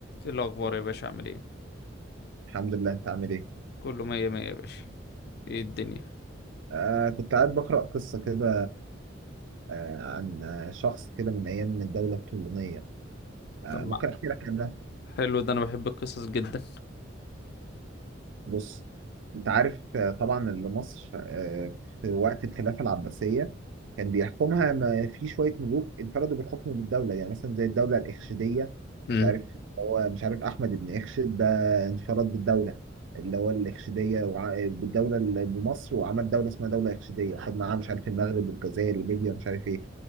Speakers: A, on the left (about 55°); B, on the right (about 75°).
A: ايه الاخبار يا باشا عامل ايه
B: الحمد لله انت عامل ايه
A: كله مية مية يا باشا ايه الدنيا
B: آه كنت قاعد بقرأ قصة كده آه عن آه، شخص كده من ايام الدولة الطولونية آه
A: طب ما
B: ممكن احكي لك عنها
A: حلو ده انا بحب القصص جدا
B: بص انت عارف آه، طبعا اللي مصر آه، في وقت الخلافه العباسيه كان بيحكمها ما في شويه ملوك انفردوا بالحكم بالدوله يعني مثلا زي الدوله الاخشيديه
A: امم
B: مش عارف هو مش عارف احمد بن اخشد ده انفرد بالدوله اللي هو الاخشيديه وع... بالدوله اللي بمصر وعمل دوله اسمها دوله اخشيديه وخد معاها مش عارف المغرب والجزائر وليبيا مش عارف ايه